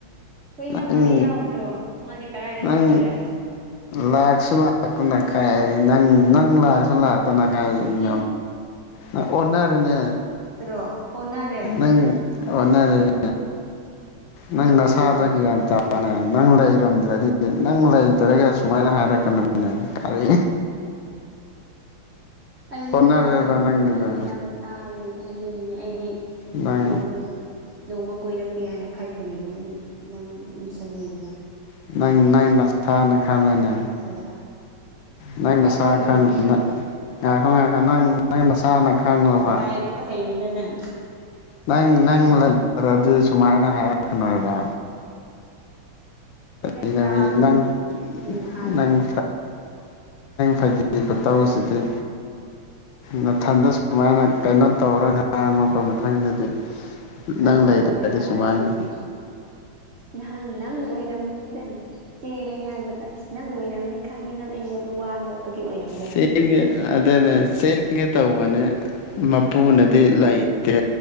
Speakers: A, on the right (about 45°); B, on the left (about 75°).
A: ꯑꯩꯈꯣꯏ ꯏꯅꯝꯃꯗꯤ
B: ꯅꯪ
A: ꯌꯥꯎꯗ꯭ꯔꯣ ꯃꯥꯗꯤ ꯀꯗꯥꯏꯗ
B: ꯅꯪ
A: ꯆꯠꯈ꯭ꯔꯦ
B: ꯂꯥꯛꯁꯨ ꯂꯥꯛꯅ ꯀꯥꯏ ꯅꯪ ꯅꯪ ꯂꯥꯛꯑꯁꯨ ꯂꯥꯛꯇꯅ ꯀꯥꯏ ꯀꯥꯏ <unintelligible>
A: ꯑꯦ
B: ꯅꯪ ꯑꯣꯟꯅꯔꯦꯅꯦ
A: ꯑꯣ <unintelligible>
B: ꯅꯪ ꯑꯣꯟꯅꯔꯦꯅꯦ ꯅꯪ
A: ꯂꯣꯏꯔꯦꯍꯦ
B: ꯅꯁꯥꯗ ꯒ꯭ꯌꯥꯟ ꯇꯥ ꯅꯪ ꯂꯩꯔꯝꯗ꯭ꯔꯗꯤ ꯅꯪ ꯂꯩꯇ꯭ꯔꯒ ꯁꯨꯃꯥꯏꯅ ꯍꯥꯏꯔꯛꯀꯅꯣꯅꯦ ꯀꯔꯤ
A: ꯑꯩꯗꯤ
B: ꯑꯣꯟꯅꯔꯦꯕ
A: ꯅꯍꯥꯟꯅ ꯅꯪ ꯅꯨꯄꯤꯆꯦꯂꯦ
B: ꯅꯪꯒꯤꯗꯣ
A: ꯍꯥꯏꯅ ꯇꯥꯏꯅꯦ ꯑꯗꯨꯒꯤꯅꯦ ꯑꯩ ꯑꯩꯗꯤ
B: ꯅꯪ
A: ꯅꯣꯡꯃ ꯅꯣꯡꯃ ꯀꯣꯏꯔꯛꯀꯦ ꯍꯥꯏꯅ ꯈꯜꯂꯤꯜꯂꯤꯅꯦ ꯑꯩꯗꯤ <unintelligible> ꯁꯔꯦꯅꯤꯅ
B: ꯅꯪ ꯅꯪ ꯅꯁꯅ ꯈꯪꯉꯅꯦ
A: ꯈꯜꯂꯒ
B: ꯅꯪ
A: ꯀꯔꯤꯅꯣ
B: ꯃꯁꯥ ꯈꯪ ꯉꯥꯏꯈꯣ ꯉꯥꯏꯈꯣ ꯅꯪ ꯅꯪ ꯅꯁꯥꯅ ꯈꯪꯉꯣꯕ
A: ꯌꯥꯝ <unintelligible> ꯅꯪ
B: ꯅꯪ ꯅꯪ ꯂꯩꯇꯔꯗꯤ ꯁꯨꯃꯥꯏꯅ ꯍꯥꯏꯔꯛꯀꯅꯣꯕ
A: ꯑꯩ
B: ꯀꯃꯤ
A: ꯇꯥꯕꯗꯣ
B: ꯅꯪ
A: ꯃꯤꯅ
B: <unintelligible>
A: ꯍꯥꯏꯕꯗꯣ
B: ꯅꯪ ꯐꯒꯤꯣꯠꯇꯧꯁꯤꯗꯤ ꯃꯊꯟꯗ ꯁꯨꯃꯥꯏꯅ ꯀꯩꯅꯣ ꯇꯧꯔ ꯍꯥꯡꯉꯛꯄ ꯃꯊꯪꯗꯗꯤ
A: ꯀꯅꯥ
B: ꯅꯪ ꯂꯩꯇ꯭ꯔꯗꯤ
A: ꯑꯣꯏꯔꯖꯥꯠꯔꯥ
B: ꯁꯨꯃꯥꯏꯅ
A: ꯑꯗꯨꯗꯤ ꯅꯍꯥꯟ ꯅꯪ ꯑꯣꯏꯔꯝ ꯗ ꯅꯨꯄꯤ ꯆꯦꯜꯂꯤ ꯍꯥꯏꯕꯗ ꯑꯁ ꯅꯪ ꯑꯣꯏꯔ ꯈꯪꯉꯤ ꯅꯪ ꯑꯩꯉꯣꯟꯗ ꯋꯥ ꯂꯣꯠꯄꯒꯤ ꯑꯣꯏꯔꯝꯒꯅꯤ
B: ꯆꯦꯟꯒꯦ ꯑꯗꯨꯅꯦ ꯆꯦꯟꯒꯦ ꯇꯧꯕꯅꯦ ꯃꯄꯨꯅꯗꯤ ꯂꯩꯇꯦ